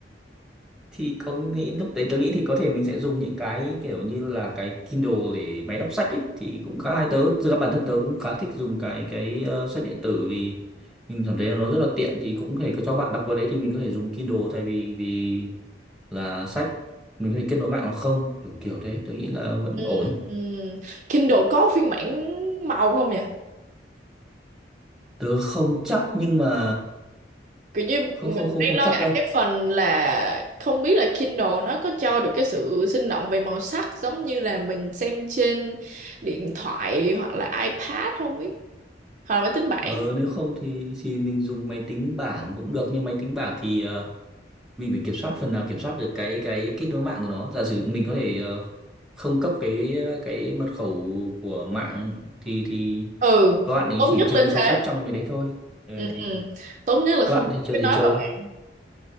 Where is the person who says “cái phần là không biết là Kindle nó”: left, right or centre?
Right